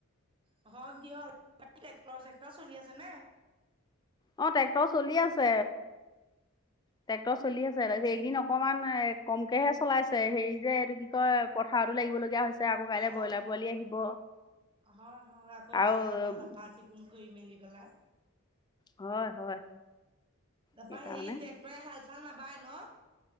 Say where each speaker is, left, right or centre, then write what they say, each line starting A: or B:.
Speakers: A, on the right (about 25°); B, on the left (about 20°).
A: অ হক দিয়ক অলপ ট্ৰেক্টৰ-চেক্টৰ চলি আছে নে?
B: অ ট্ৰেক্টৰ চলি আছে। ট্ৰেক্টৰ চলি আছে। তাৰপিছত এইদিন অকমান কমকেহে চলাইছে হেৰি যে এইটো কি কয় পথাৰতো লাগিবলগীয়া হৈছে আকৌ
A: অ
B: কাইলে ব্ৰইলাৰ
A: হয়,
B: পোৱালি আহিব
A: হয় হয় আকৌ
B: আৰু
A: ব্ৰইলাৰ ঘৰ চাফা চফ ভ কৰি মেলি পেলাই।
B: হয় হয়
A: তাৰপা
B: সেইকাৰণে
A: হেৰি টেক ৰে হাল-চাল নাবায় ন?